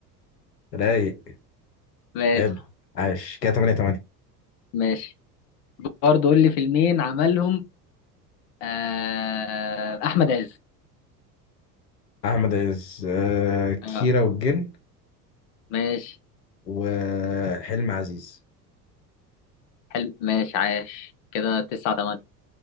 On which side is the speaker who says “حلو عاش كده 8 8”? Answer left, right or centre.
Left